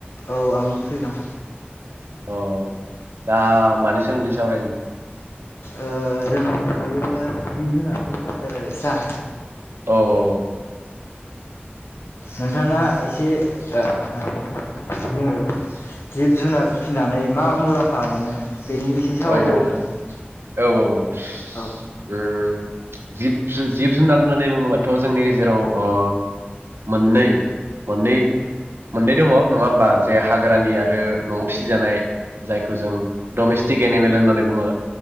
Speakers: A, on the left; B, on the right.
A: औ आंबो फ्रि दं
B: अ दा मानि सोमोनदै सावरायनो
A: ओ जों होनोमबा दायो जिब जुनारनि सोमोन्दो रायलायसैना
B: औ औ औ
A: नोंथाङा एसे ओ माने जोङो जिब जुनार फिनानै मा मुलाम्फा मोनो बेनि एसे सावरायनो
B: औ
A: हागोन नामा
B: औ औ औ
A: औ
B: उम जिब जु जिब जुनार होननानै बुङोबाथ' जोंनि गेजेराव अ मोननै मोननै मोननै दङ नङा होमबा जे हाग्रानि आरो न'आव फिसिजानाय जायखौ जों डमेस टिक एनिमेल होननानै बुङो